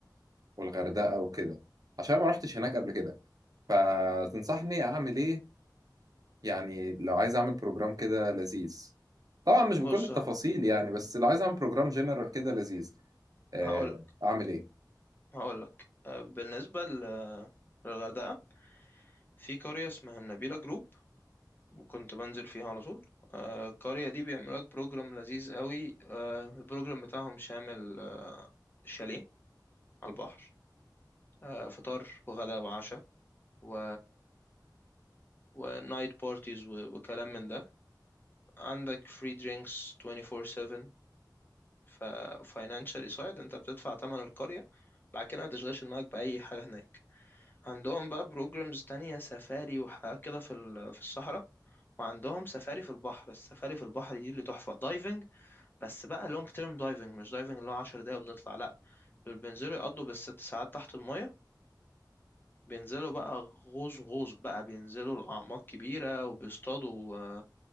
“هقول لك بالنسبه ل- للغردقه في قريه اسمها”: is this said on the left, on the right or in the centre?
Left